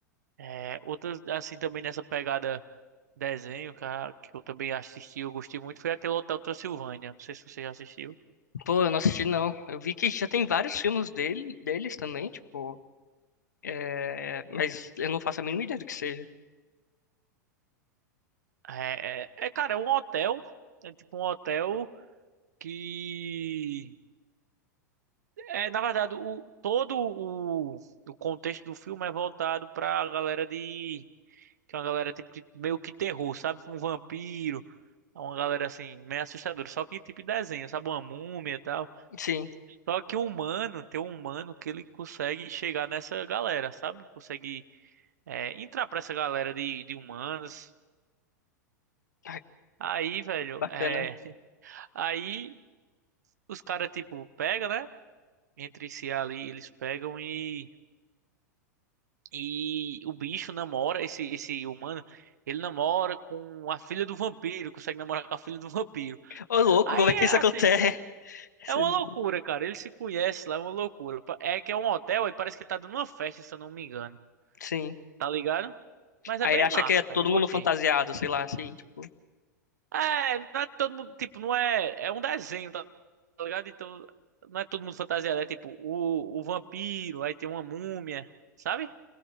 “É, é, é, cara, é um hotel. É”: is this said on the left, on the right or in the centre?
Right